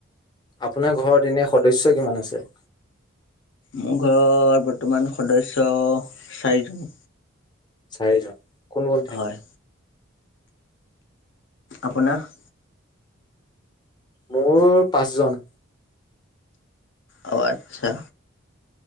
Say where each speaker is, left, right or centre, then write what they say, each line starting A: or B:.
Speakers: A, on the left; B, on the left.
A: আপোনাৰ ঘৰত এনে সদস্য কিমান আছে?
B: মোৰ ঘৰৰ বৰ্তমান সদস্য চাৰিজন।
A: চাৰিজন। কোন কোন থাকে
B: হয় আপোনাৰ?
A: মোৰ পাঁচ জন
B: অ আচ্ছা